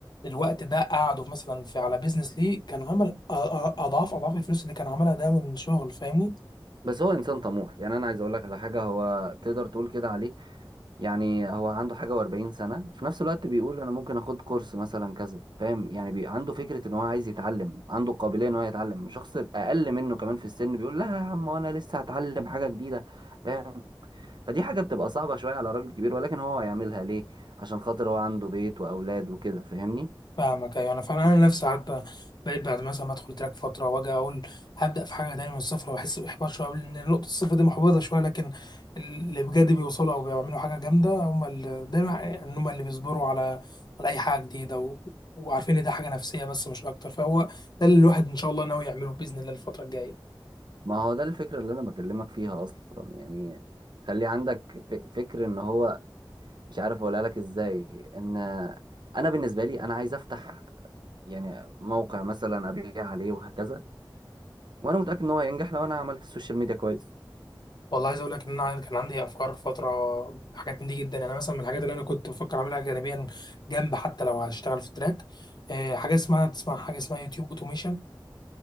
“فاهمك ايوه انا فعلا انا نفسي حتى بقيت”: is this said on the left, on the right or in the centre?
Left